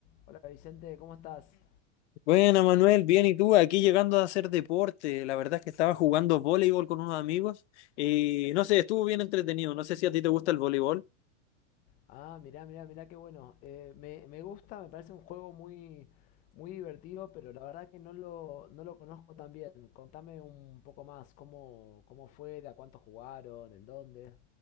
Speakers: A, on the left; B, on the left.
A: Hola Vicente, ¿cómo estás?
B: Bueno, Manuel, bien, ¿y tú? Aquí llegando a hacer deporte. La verdad es que estaba jugando voleibol con unos amigos y no sé, estuvo bien entretenido. No sé si a ti te gusta el voleibol.
A: Ah, mirá, mirá, mirá, qué bueno. Eh, me, me gusta, me parece un juego muy, muy divertido, pero la verdad que no lo, no lo conozco tan bien. Contame un poco más, cómo, cómo fue, de a cuánto jugaron, en dónde.